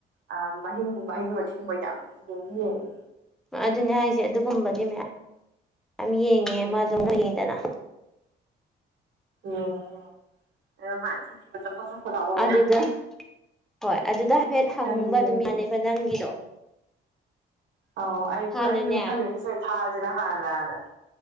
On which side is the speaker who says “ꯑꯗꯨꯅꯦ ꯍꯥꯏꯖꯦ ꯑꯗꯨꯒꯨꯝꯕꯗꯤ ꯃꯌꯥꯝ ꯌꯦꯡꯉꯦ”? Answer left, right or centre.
Centre